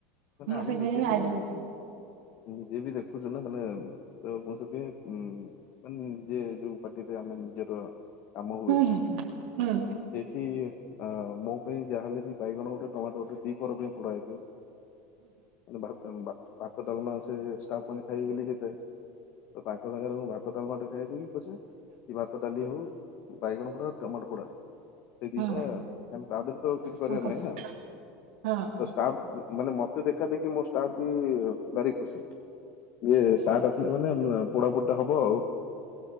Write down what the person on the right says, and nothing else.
ମୁଁ
ସେ ପର୍ଯ୍ୟନ୍ତ
ଆଜି ହୁଁ
ହୁଁ ହୁଁ
ହଁ ହଁ
ସମ୍ପର୍ଷ
ହଁ